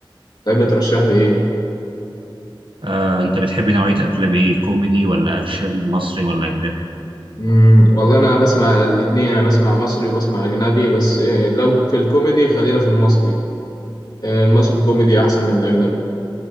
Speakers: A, on the left; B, on the right.
A: تحب ترشح لي ايه
B: آه، انت بتحب نوعية افلام ايه كوميدي ولا اكشن مصري ولا اجنبي
A: مم والله انا بسمع الاتنين انا بسمع مصري وبسمع اجنبي بس أه لو في الكوميدي خلينا في المصري أه المصري كوميدي احسن من الاجنبي